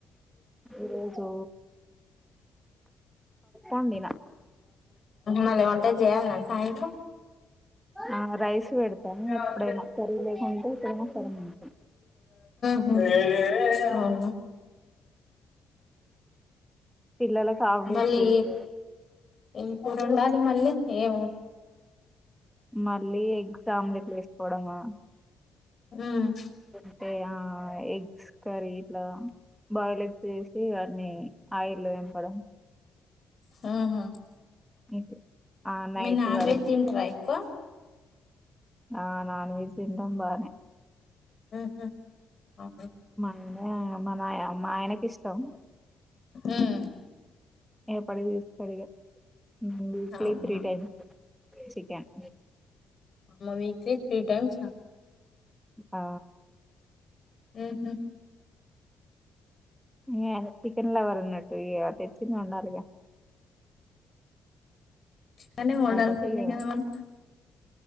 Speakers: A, in the centre; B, on the left (about 45°).
A: ఈరోజు వండిన
B: మళ ఏం అ జయాలన సాయంత్రం
A: ఆ రైస్ పెడతాను
B: అవునా
A: ఎప్పుడైనా కరీ లేకుంటేనా కర అంటాం
B: అవును
A: పిల్లలకు హాఫ్ డే
B: మళ్ళీ
A: స్కూల్స్ కదా
B: ఇంప్పుడు ఉండాలి మళ్ళీ ఏం
A: మళ్ళీ ఎగ్జామ్లెట్లు వేసుకోవడమా
B: హ్మ
A: అంటే ఎగ్స్ కర్రీ ఇట్లా బాయిల్ ఎగ్స్ వేసి అన్ని ఆయిల్ వేపడం
B: హ్మ హ్మ
A: <unintelligible> నైట్
B: మీర్ నాన్
A: వరకి
B: వెజ్ తింటారా ఏకువ
A: ఆ నాన్ వెెజ్ తింటాం బానే
B: హ్మ హ్మ అవును
A: మా నా మా ఆయనకి ఇష్టం
B: ఉమ్
A: ఏ పడిదిస్ సరిగా ఉమ్ వీక్లీ
B: అవునా
A: త్రీ టైమ్స్ చికెన్
B: అమ్మ వీక్లీ త్రీ టైమ్సా
A: ఆ
B: ఉమ్ హు
A: ఎ చికెన్ లవర్ ఉన్నట్టు ఇగ తెచ్చింది వండాలిగా
B: చికెన్ ని వండాల్సిందే
A: కాబట్టి ఇగ
B: గా మనం